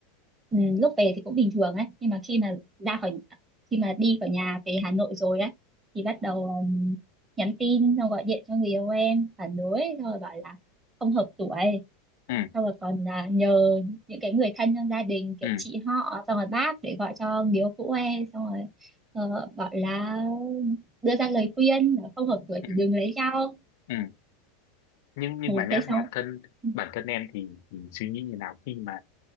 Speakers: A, on the right; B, on the left.
A: ừ, lúc về thì cũng bình thường ấy nhưng mà khi mà ra khỏi khi mà đi khỏi nhà về Hà Nội rồi ấy thì bắt đầu ừm, nhắn tin xong gọi điện cho người yêu em phản đối xong rồi bảo là không hợp tuổi
B: ừ
A: xong rồi còn à, nhờ những cái người thân trong gia đình kiểu
B: ừ
A: chị họ xong rồi bác để gọi cho biếu cũ em xong rồi ờ, bảo là đưa ra lời khuyên là không hợp tuổi
B: ừ
A: thì đừng lấy nhau
B: Ừ. Nhưng nhưng
A: ừ,
B: mà nhé
A: thế xong
B: bản thân
A: ừ,
B: bản thân em thì, thì suy nghĩ như nào khi mà